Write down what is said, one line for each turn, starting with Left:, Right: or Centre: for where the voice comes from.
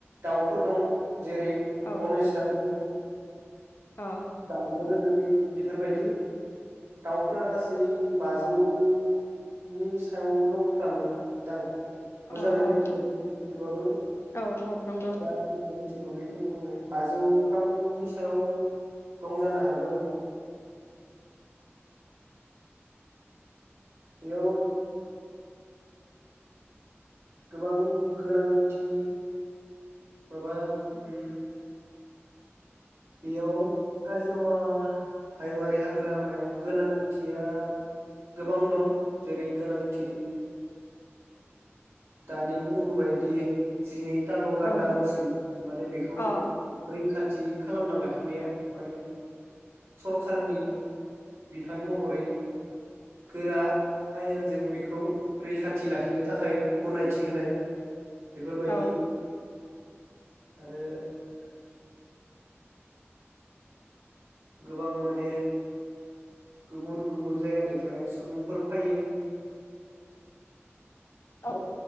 Right: दाउफोर दं। जेरै
Left: औ
Right: धनेस दाउ दङ।
Left: अ
Right: दाउब' दोङो। बेफोरबायदि दाउफोरा गासै बाजौनि सायाव दंफ्रामो दां। मोजाङै
Left: अ अ
Right: मिथिया <unintelligible> थेवबाबो
Left: औ औ नंगौ
Right: दा बिलासेयाव जेबो बेखिनि बुंबाय बाजौफ्रामनि सायाव दं जानो हागौ। बेयाव गोबां गोनांथि माबा उम बेयाव काजिरङा हायुआारि हाग्रामायाव गोनांथिया गोबां दं जेरै गोनांथि दानि बुंबोबायदि जिनैथाल' गान्दा
Left: औ
Right: दंसै माने बेखौ
Left: अ
Right: ब्रै खाथि खालामना लाखिनाया माने सरखारनि बिफान महरै गोरा आयेनजों बेखौ रैखाथि लाखिनो थाखाय गनायथि होनाय बेफोर बायदि
Left: औ
Right: आरो गोबां माने गुबुन गुबुन जायगानिफ्राय सुबुंफोर फैयो।
Left: औ